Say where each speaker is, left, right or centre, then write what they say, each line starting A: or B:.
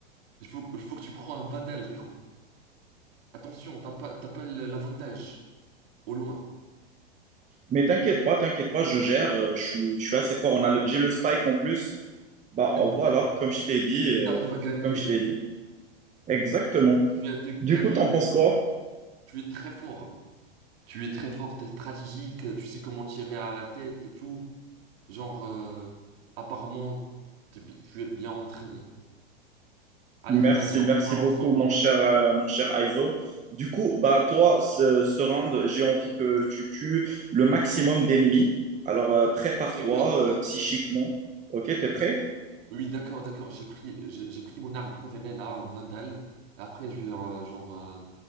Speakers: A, on the right; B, on the right.
A: Il faut, il faut que tu prends un Vandal, Tejo. Attention, t'as pas, t'as pas l'avantage au loin.
B: Mais t'inquiète pas, t'inquiète pas, je gère. euh, Je suis, je suis assez fort. On a, le- j'ai le spike en plus. Bah en
A: Eh, mais
B: voilà,
A: t'as, gue-
B: comme je t'ai dit,
A: mais
B: euh,
A: t'arrives à gagner.
B: comme je t'ai dit. Exactement.
A: Tu viens de gagner,
B: Du coup, t'en
A: mais
B: penses quoi?
A: tu es très fort. hein. Tu es très fort, t'es stratégique, tu sais comment tirer à la tête et tout. Genre, euh, apparemment, t'es bi- tu es bien entraîné. Allez,
B: Merci,
A: vas-y,
B: merci
A: on part
B: beaucoup,
A: ensemble.
B: mon
A: hein.
B: cher, euh, mon cher Aizo. Du coup, bah toi, ce, ce round, j'ai envie que tu tues le maximum d'ennemis. Alors euh, prépare-toi
A: Oui, D'accord.
B: euh, psychiquement. Ok, t'es prêt?
A: Oui, d'accord, d'accord. J'ai pris, j'ai j'ai pris mon arme préférée là, un Vandal. Après, je vais euh, genre euh,